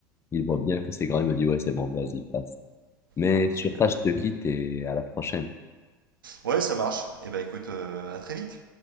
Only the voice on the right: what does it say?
Ah,
super.
Ouais, ça marche. Eh ben, écoute, euh, à très vite.